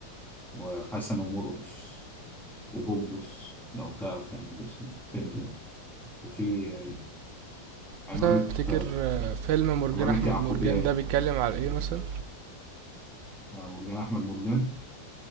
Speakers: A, in the centre; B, on the right (about 80°).
A: وحسن ومرقص وبوبوس لو تعرف يعني اسم الفيلم ده وفي آه عمارة
B: مثلا تفتكر
A: آه
B: آه، فيلم مرجان
A: عمارة
B: احمد
A: يعقوبيان
B: مرجان ده بيتكلم على ايه مثلا
A: آه مرجان احمد مرجان